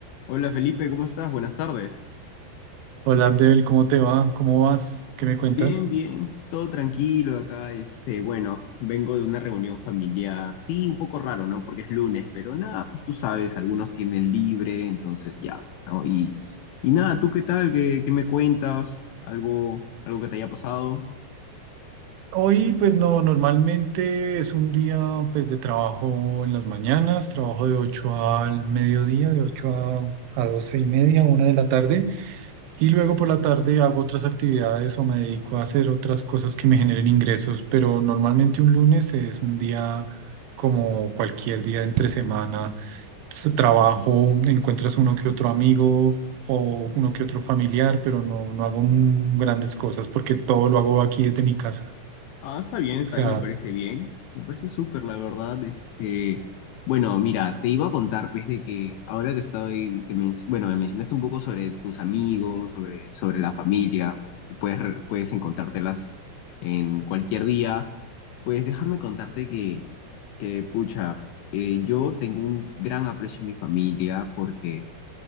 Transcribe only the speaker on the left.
Hola Felipe, ¿cómo estás? Buenas tardes.
Bien, bien, todo tranquilo acá. Este, bueno, vengo de una reunión familiar. Sí, un poco raro, ¿no? Porque es lunes, pero nada, pues tú sabes, algunos tienen libre, entonces ya, pues, ¿no? Y, y nada, ¿tú qué tal? ¿Qué, qué me cuentas? ¿Algo, algo que te haya pasado?
Ah, está bien,
también
me parece bien. Me parece súper, la verdad. Este, bueno, mira, te iba a contar, pues, de que ahora que estoy, te men- bueno, me mencionaste un poco sobre tus amigos, sobre, sobre la familia, que puedes, re- puedes encontrártelas en cualquier día. Pues déjame contarte que, que pucha, eh, yo tengo un gran aprecio a mi familia porque